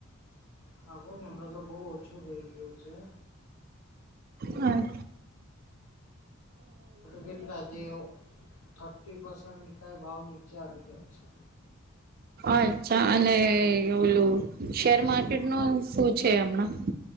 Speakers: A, on the left; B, on the right.
A: સાંભળની હમણાં તો બહુ ઓછું થઇ ગયું છે.
B: હા.
A: કેટલા જેવો થર્ટી પસેન્ટ કઈ ભાવ નીચે આવી ગયા છે.
B: અચ્છા અને ઓલું શેર માર્કેટ નું શું છે હમણાં.